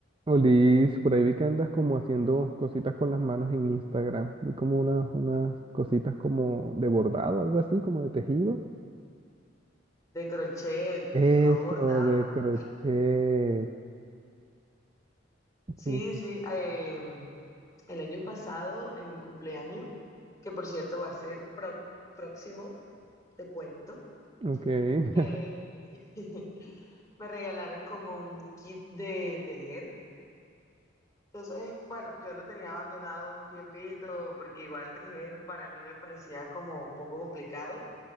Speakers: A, on the right; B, on the left.
A: Olis, por ahí vi que andas como haciendo cositas con las manos en Instagram. Vi como unas, unas cositas como de bordado, algo así, como de tejido.
B: De crochet,
A: Eso,
B: no bordado.
A: de crochet.
B: Sí,
A: Sí,
B: sí. eh, el año pasado, en mi cumpleaños, que por cierto va a ser pro- próximo, te cuento,
A: ok. <laughs>
B: eh, <laughs> me regalaron como un kit de tejer. Entonces, bueno, yo lo tenía abandonado un tiempito porque igual tejer para mí me parecía como un poco complicado.